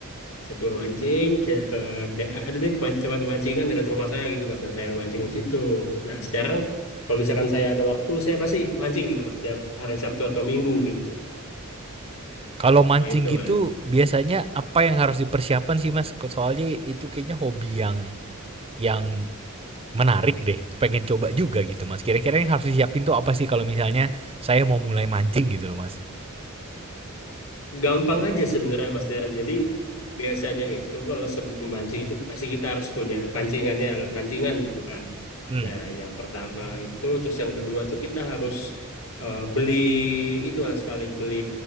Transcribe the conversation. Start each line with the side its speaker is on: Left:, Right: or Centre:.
Left: saya cuma mancing ke, ke de- ada nih teman- tempat pemancingan dekat rumah saya gitu mas nah saya mancing di situ nah sekarang kalau misalkan saya ada waktu saya pasti mancing gitu mas setiap hari Sabtu atau Minggu gitu
Right: Kalau mancing
Left: gitu
Right: gitu
Left: mas
Right: biasanya apa yang harus dipersiapkan sih Mas? Ko- Soalnya itu kayaknya hobi yang yang menarik deh. Pengen coba juga gitu, Mas. Kira-kira yang harus disiapin tuh apa sih kalau misalnya saya mau mulai mancing gitu loh, Mas?
Left: Gampang aja sebenarnya Mas Darren. Jadi biasanya itu kalau sebelum memancing itu pasti kita harus punya pancingannya, alat pancingan gitu kan.
Right: Hmm.
Left: Nah, yang pertama itu, terus yang kedua tuh kita harus eh, beli itu Mas paling beli